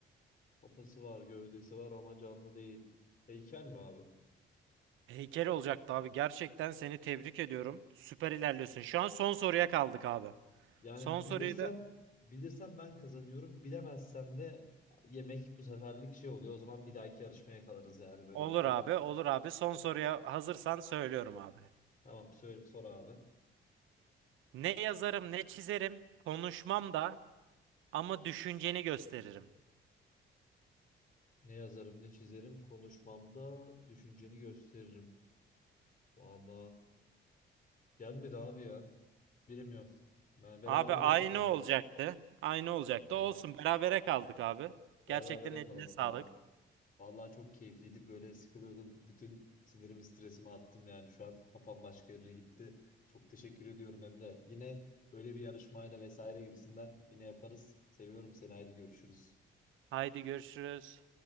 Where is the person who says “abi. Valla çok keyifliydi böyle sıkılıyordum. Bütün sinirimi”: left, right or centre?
Left